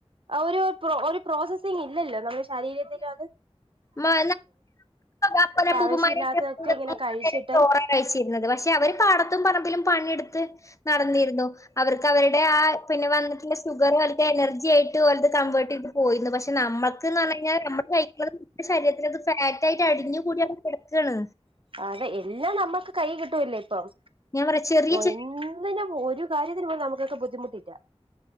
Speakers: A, on the right; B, on the left.
A: ഒരു പ്രൊ ഒരു പ്രോസസിങ് ഇല്ലല്ലോ നമ്മുടെ ശരീരത്തിനും അത്
B: മ <inaudible> അപ്പന് അപ്പുപ്പമാരായ്ട്ട്
A: ആവശ്യമില്ലാത്തതൊക്കെ
B: <inaudible>
A: ഇങ്ങനെ കഴിച്ചിട്ട്
B: ചോറാകഴിച്ചിന്നത് പക്ഷേ അവര് പാട തുംപറമ്പിലും പണിയെടുത്ത് നടന്നിരുന്നു അവർക്ക് അവരുടെ ആഹ് പിന്നെ വന്നിട്ടുള്ള ശുഗറ് <unintelligible> എനർജിയ്ട്ട് ഒലത് കൺവർട്ട് പോയിന്നു പക്ഷെ നമ്മള ക്ന് പർഞ്ഞെയ്ഞാൽ നമ്മള് കഴിക്ക നമ്മുടെ ശരീരത്തിത് ഫാറ്റ് ആയിട്ട് അടിഞ്ഞു കൂടിമ്മള് കെട്ക്കാണ്
A: ആതെ എല്ലാം നമ്മക്ക് കൈ കിട്ടുവല്ലേ ഇപ്പം
B: ഞാൻ പറയാ ചെറിയ
A: ഓ
B: ചെറിയ
A: എന്തിനും ഒരു കാര്യത്തിന്പൊ നമുക്കൊക്കെ ബുദ്ധിമുട്ടില്ല